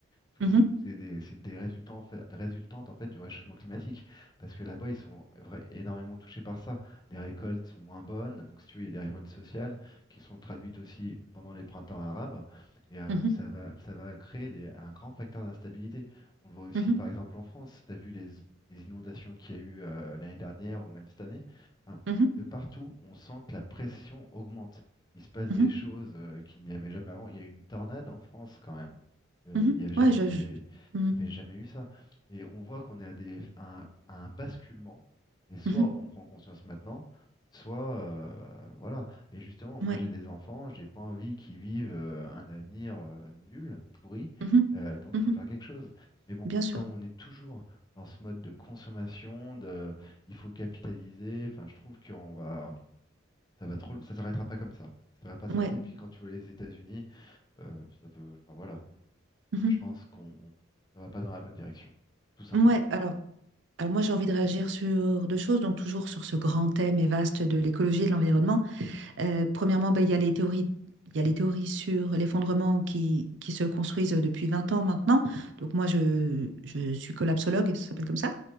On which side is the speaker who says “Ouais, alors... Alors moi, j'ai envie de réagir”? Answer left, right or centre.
Right